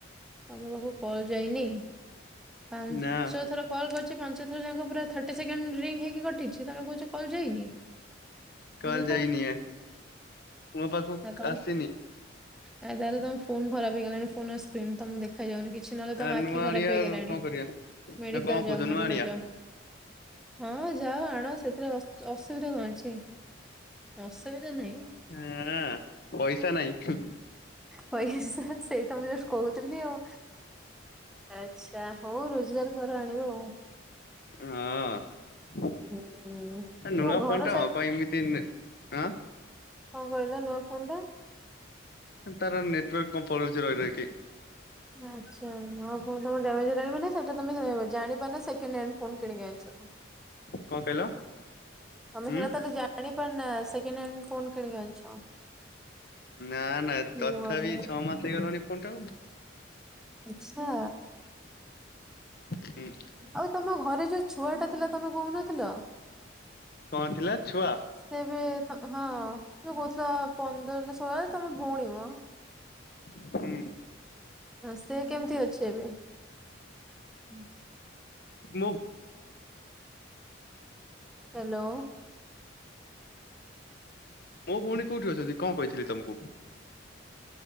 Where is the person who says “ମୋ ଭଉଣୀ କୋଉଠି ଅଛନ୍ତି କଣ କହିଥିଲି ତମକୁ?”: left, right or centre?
Left